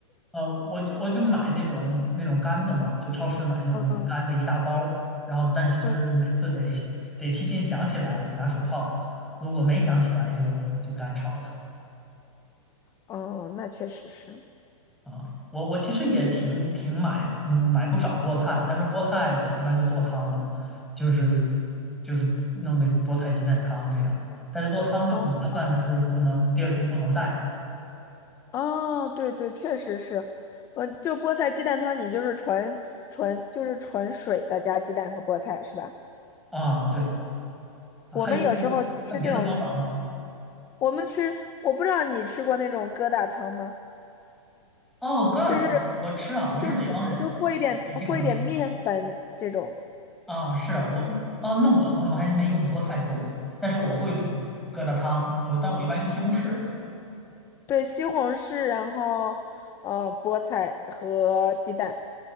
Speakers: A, in the centre; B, on the left.
A: 呃，我就我就买那种那种干的嘛，就超市买那种干的一大包儿然后但是就是每次得
B: 嗯，嗯，
A: <laughs> 得提前想起来拿水泡，如果没想起来就就干炒了。
B: 哦，那确实是。
A: 啊，我我其实也挺挺买，嗯，买不少菠菜，但是菠菜我一般就做汤了，就是就是弄个菠菜鸡蛋汤这样。但是做汤就很麻烦的是，
B: 哦
A: 不能第二天不能带
B: 哦，对对，确实是。我就菠菜鸡蛋汤，你就是纯纯就是纯水的加鸡蛋和菠菜是吧？
A: 啊。对，啊还有还有还有别的方法吗？
B: 我们有时候吃这种。我们吃，我不知道你吃过那种疙瘩汤吗？
A: 哦，疙瘩汤我吃啊，
B: 就是
A: 我是北方人，
B: 就和就和一点和一点面粉这种，
A: 我我经常吃啊。是啊，我啊，那我我们还没用菠菜做过，但是我会煮疙瘩汤，我但我一般用西红柿。
B: 对，西红柿，然后呃菠菜和鸡蛋。